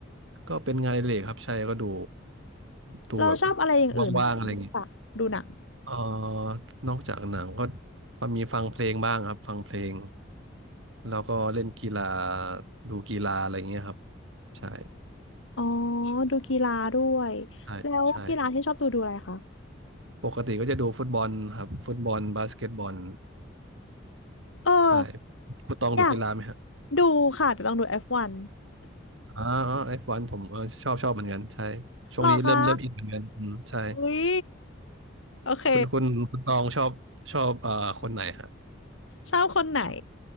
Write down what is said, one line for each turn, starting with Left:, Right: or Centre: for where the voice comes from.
Right: ก็เป็นงานอดิเรกครับใช่ก็ดูดูแบบ
Left: เราชอบอะไรอย่างอื่นไหมคะนอกจากดูหนัง
Right: ว่างๆอะไรเงี้ย เอ่อนอกจากหนังก็ฟังมีฟังเพลงบ้างครับฟังเพลงแล้วก็เล่นกีฬาดูกีฬาอะไรอย่างเงี้ยครับใช่
Left: อ๋อดูกีฬาด้วยแล้วกีฬาที่ชอบดูดูอะไรคะ
Right: ใช่ใช่ปกติก็จะดูฟุตบอลครับฟุตบอลบาสเกตบอล
Left: เออ
Right: ใช่คุณตองดูกีฬาไหมฮะ
Left: อยากดูค่ะแต่ต้องดู F1
Right: อ๋อไอฟวันผมเออชอบชอบเหมือนกันใช่ช่วงนี้เริ่มเริ่มอินเหมือนกันอืมใช่
Left: หรอคะอุ๊ยโอเค
Right: คุณคุณคุณตองชอบชอบเอ่อคนไหนฮะ
Left: ชอบคนไหน
Right: ชอบ